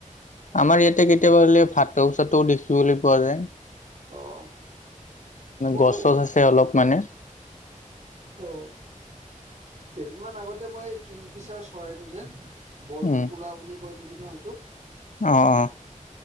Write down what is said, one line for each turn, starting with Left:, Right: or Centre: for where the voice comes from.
Left: আমাৰ ইয়াতে কেতিয়াবা হ'লে ভাটৌ-চাটৌ দেখিবলৈ পোৱা যায়।
Right: অ' মই
Left: গছ-চছ আছে অলপ মানে।
Right: অ', কেইদিনমান আগতে মই কিংফিচাৰ চৰাইটো যে বৰটোকোলা
Left: উম,
Right: বুলি কয় নেকি ন সেইটোক?
Left: অ' অ'।